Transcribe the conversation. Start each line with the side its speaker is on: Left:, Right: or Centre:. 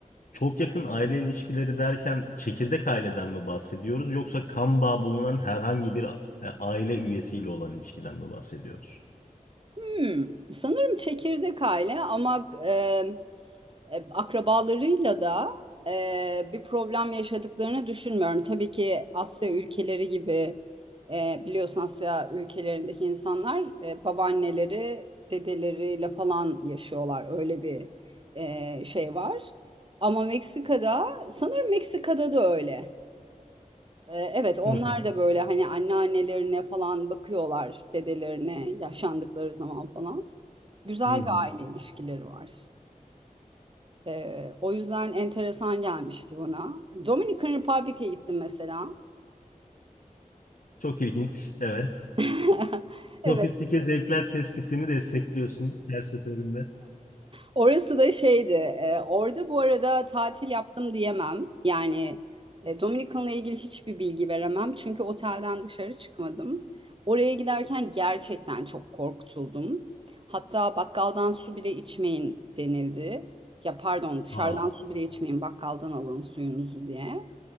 Left: Çok yakın aile ilişkileri derken çekirdek aileden mi bahsediyoruz yoksa kan bağı bulunan herhangi bir a- aile üyesiyle olan ilişkiden mi bahsediyoruz?
Right: Hmm, sanırım çekirdek aile ama e, e, akrabalarıyla da e, bir problem yaşadıklarını düşünmüyorum. Tabii ki Asya ülkeleri gibi e, biliyorsun Asya ülkelerindeki insanlar e, babaanneleri dedeleriyle falan yaşıyorlar. Öyle bir e, şey var. Ama Meksika'da sanırım Meksika'da da öyle. E, evet onlar
Left: Hı hı.
Right: da böyle hani anneannelerine falan bakıyorlar dedelerine yaşandıkları zaman falan. Güzel
Left: Hı hı.
Right: bir aile ilişkileri var. Ee, o yüzden enteresan gelmişti bana. Dominican Republic'e gittim mesela.
Left: Çok ilginç. Evet.
Right: <laughs> Evet,
Left: Sofistike zevkler tespitimi destekliyorsun her seferinde.
Right: orası da şeydi. e, orada bu arada tatil yaptım diyemem. Yani e, Dominican'la ilgili hiçbir bilgi veremem. Çünkü otelden dışarı çıkmadım. Oraya giderken gerçekten çok korkutuldum. Hatta bakkaldan su bile içmeyin denildi. Ya pardon, dışarıdan
Left: Aa,
Right: su bile içmeyin, bakkaldan alın suyunuzu diye.